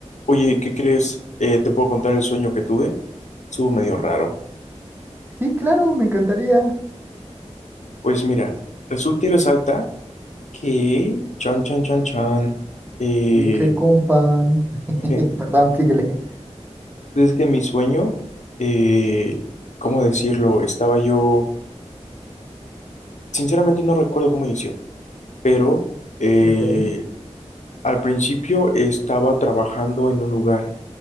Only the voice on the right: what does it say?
Eh,
Sí, claro, me encantaría.
Leche con pan. <laughs>
Perdón, síguele.
Ok.